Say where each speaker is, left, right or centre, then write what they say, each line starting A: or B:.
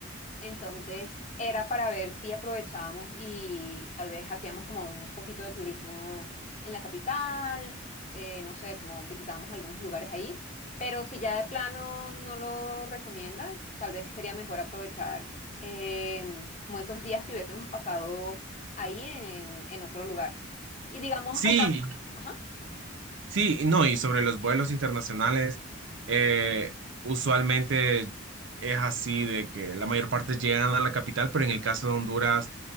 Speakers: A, on the left; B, on the right.
A: Entonces era para ver si aprovechábamos y tal vez hacíamos como un poquito de turismo en la capital, eh, no sé, como visitábamos algunos lugares ahí, pero si ya de plano no lo recomiendas, tal vez sería mejor aprovechar em, como esos días que hubiésemos pasado ahí en, en otro lugar. Y digamos,
B: Sí,
A: aparte, ajá,
B: sí, y no, y sobre los vuelos internacionales, eh, usualmente es así de que la mayor parte llegan a la capital, pero en el caso de Honduras